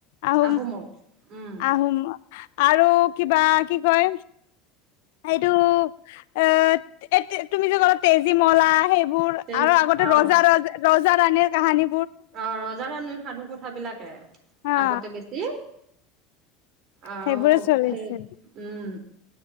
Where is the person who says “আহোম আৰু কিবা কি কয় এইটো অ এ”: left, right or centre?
Left